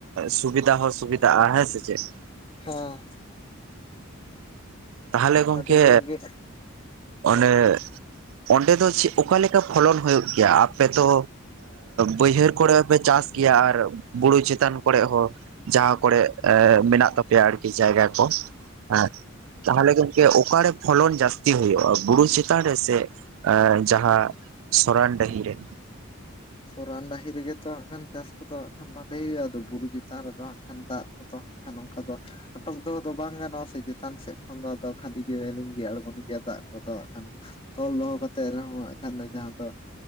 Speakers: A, on the right (about 80°); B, on the left (about 25°).
A: ᱥᱩᱵᱤᱫᱟ ᱦᱚᱸ ᱥᱩᱵᱤᱫᱷᱟᱜᱼᱟ ᱦᱮᱸ ᱥᱮ ᱪᱮᱫ
B: ᱦᱮᱸ
A: ᱛᱟᱦᱚᱞᱮ ᱜᱚᱝᱠᱮ
B: ᱟᱹᱰᱤ ᱡᱳᱨ ᱜᱮ
A: ᱚᱱᱮ ᱚᱸᱰᱮ ᱫᱚ ᱪᱮᱫ ᱚᱠᱟᱞᱮᱠᱟ ᱯᱷᱚᱞᱚᱱ ᱦᱳᱭᱳᱜ ᱜᱮᱭᱟ ᱟᱯᱮ ᱛᱚ ᱵᱟᱹᱭᱦᱟᱹᱲ ᱠᱚᱨᱮ ᱦᱚᱸᱯᱮ ᱪᱟᱥ ᱜᱮᱭᱟ ᱟᱨ ᱵᱩᱨᱩ ᱪᱮᱛᱟᱱ ᱠᱚᱨᱮ ᱦᱚᱸ ᱡᱟᱦᱟᱸ ᱠᱚᱨᱮᱜ ᱢᱮᱱᱟᱜ ᱛᱟᱯᱮᱭᱟ ᱟᱨᱠᱤ ᱡᱟᱭᱜᱟ ᱠᱚ ᱦᱮᱸ ᱛᱟᱦᱚᱞᱮ ᱜᱚᱢᱠᱮ ᱚᱠᱟᱨᱮ ᱯᱷᱚᱞᱚᱱ ᱡᱟᱹᱥᱛᱤ ᱦᱩᱭᱩᱜᱼᱟ ᱵᱩᱨᱩ ᱪᱮᱛᱟᱱ ᱨᱮ ᱥᱮ ᱡᱟᱦᱟᱸ ᱥᱚᱨᱟᱱ ᱰᱟᱹᱦᱤ ᱨᱮ
B: ᱥᱚᱨᱟᱱ ᱰᱟᱹᱦᱤ ᱨᱮᱜᱮ ᱛᱚ ᱦᱟᱜ ᱠᱷᱟᱱ ᱪᱟᱥ ᱠᱚᱫᱚ ᱦᱟᱜ ᱠᱷᱟᱱ ᱵᱷᱟᱞᱮ ᱦᱩᱭᱩᱜᱼᱟ ᱟᱫᱚ ᱵᱩᱨᱩ ᱪᱮᱛᱟᱱ ᱨᱮᱫᱚ ᱦᱟᱜ ᱠᱷᱟᱱ ᱫᱟᱜ ᱠᱚᱫᱚ ᱠᱷᱟᱱ ᱚᱱᱠᱟ ᱫᱚ ᱟᱴᱚᱠ ᱫᱚ ᱟᱫᱚ ᱵᱟᱝ ᱜᱟᱱᱚᱜᱼᱟ ᱥᱮ ᱪᱮᱛᱟᱱ ᱥᱮᱫ ᱠᱷᱚᱱ ᱫᱚ ᱠᱷᱟᱹᱞᱤ ᱜᱮ ᱞᱤᱹᱜᱤ ᱟᱬᱜᱚᱱ ᱜᱮᱭᱟ ᱫᱟᱜ ᱠᱚᱫᱚ ᱦᱟᱸᱜ ᱠᱷᱟᱱ ᱛᱚᱞ ᱫᱚᱦᱚ ᱠᱟᱛᱮᱜ ᱨᱮᱦᱚᱸ ᱦᱟᱜ ᱠᱷᱟᱱ ᱡᱟᱦᱟᱸ ᱫᱚ